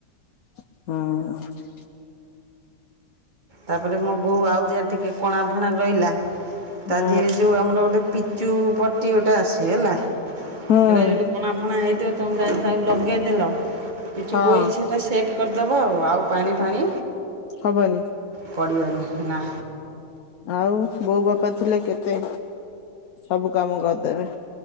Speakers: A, on the left (about 65°); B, on the right (about 30°).
A: ହୁଁ।
B: ତାପରେ ମୋ ବୋଉ ଆଉ ଯାହା ଟିକେ କଣା ଫଣା ରହିଲା
A: ହୁଁ
B: ତା ଧିରେ ଯୋଉ ଆମର ଗୋଟେ ପି୍ଚୁ ପଟ ଗୋଟେ ଆସିେ ହେଲା ଏଇଟା
A: ହୁଁ
B: ଯଦି କଣା ଫଣା ହେଇଥିବ। ଲଗେଜ <unintelligible>
A: ହଁ
B: ଦେବ ଆଉ ଆଉ ପାଣି ଫାଣି
A: ହବନି
B: ପଡ଼ିବନି ନା
A: ଆଉ ବୋଉ ବାପା ଥିଲେ କେତେ ସବୁ କାମ କରିଦେବେ